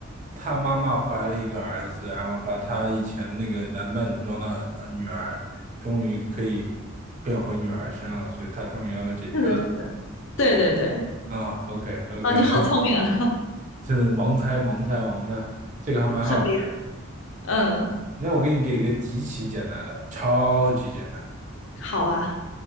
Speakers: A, on the right; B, on the left.
A: 她妈妈怀了一个儿子，然后把她以前的那个男扮女装的呃女儿，终于可以变回女儿身了，所以她终于要有姐姐了。
B: 是的，是的。对对对。
A: 啊、o k OK，
B: 啊，你好聪明啊，
A: 是盲猜盲猜盲猜，这个还蛮好的。
B: <laughs> 很厉害。嗯，
A: 那我给你给一个极其简单的，超级简单。
B: 好啊。